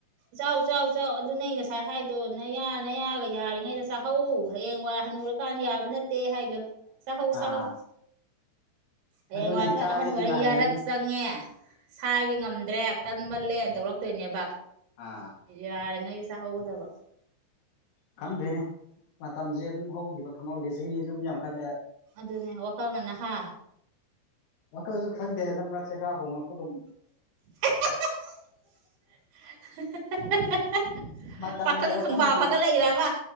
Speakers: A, on the right; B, on the left.
A: ꯆꯥꯎ ꯆꯥꯎ ꯆꯥꯎ ꯑꯗꯨ ꯅꯦ ꯑꯩ ꯉꯁꯥꯏ ꯍꯥꯏꯗꯣ ꯅꯌꯥ ꯅꯌꯥꯒ ꯌꯥꯔꯤꯉꯩꯗ ꯆꯥꯍꯧ ꯍꯌꯦꯡ ꯋꯥ ꯍꯟꯅꯨꯔꯀꯥꯟ ꯌꯥꯕ ꯅꯠꯇꯦ ꯍꯥꯏꯗꯣ ꯆꯥꯍꯧ ꯆꯥꯍꯧ
B: ꯑꯥ
A: ꯍꯌꯦꯡ
B: ꯑꯗꯨꯅꯦ
A: ꯋꯥꯢ ꯈꯔ
B: ꯆꯥꯒꯦꯅ
A: ꯑꯍꯟ ꯑꯣꯏꯔ
B: ꯉꯥꯏꯔꯤꯅꯤꯅꯦ
A: ꯌꯥꯔꯛ ꯆꯪ ꯈꯪꯉꯦ ꯁꯥꯏꯕ ꯉꯝꯗ꯭ꯔꯦ ꯀꯟꯃꯜꯂꯦꯅ ꯇꯧꯔꯛꯇꯣꯏꯅꯦꯕ
B: ꯑꯥ
A: ꯌꯥꯔꯤꯉꯩ ꯆꯥꯍꯧꯒꯗꯕ
B: ꯈꯪꯗ꯭ꯔꯦꯅꯦ ꯃꯇꯝꯁꯦ ꯑꯗꯨꯝ ꯍꯧꯈꯤꯕ ꯈꯪꯍꯧꯗꯦ ꯆꯍꯤꯁꯨ ꯑꯗꯨꯝ ꯌꯥꯝꯈꯠꯂꯦ
A: ꯑꯗꯨꯅꯦ ꯋꯥꯈꯜ ꯉꯟꯅ ꯍꯥ
B: ꯋꯥꯈꯜꯁꯨ ꯈꯪꯗꯦ ꯍꯟꯗꯛ ꯃꯔꯛꯁꯦ ꯈꯥ ꯍꯣꯡꯉꯛꯄ ꯒꯨꯝ
A: <unintelligible> <unintelligible>
B: ꯃꯇꯝꯅꯔꯣ
A: ꯄꯥꯈꯪ ꯈꯪꯐ
B: ꯈꯪꯗꯦ
A: ꯐꯒꯠꯂꯛꯏꯔꯕ